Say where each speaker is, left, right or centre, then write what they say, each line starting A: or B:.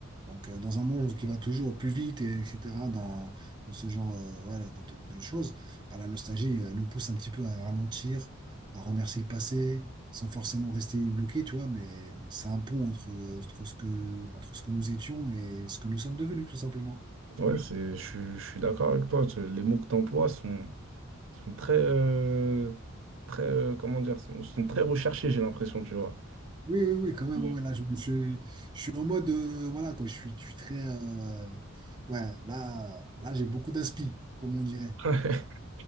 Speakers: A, on the right; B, on the right.
A: Donc, euh, dans un monde qui va toujours au plus vite, et, etc., dans, dans ce genre euh, voilà, de, de- de choses, bah, la nostalgie euh, nous pousse un petit peu à ralentir, à remercier le passé, sans forcément rester bloqué, tu vois, mais c'est un pont entre, entre ce que, entre ce que nous étions et ce que nous sommes devenus, tout simplement.
B: Ouais, c'est, je, suis- je suis d'accord avec toi. Les mots que tu emploies sont, sont très, euh, très euh, comment dire, sont, sont très recherchés, j'ai l'impression, tu vois.
A: Oui, oui, oui, quand même,
B: Ouais,
A: ouais, là, je, me suis- je suis en mode, euh, voilà, quoi, je suis, je suis très, euh, ouais, là, là, j'ai beaucoup d'inspi, comme on dirait.
B: <laughs> Moi,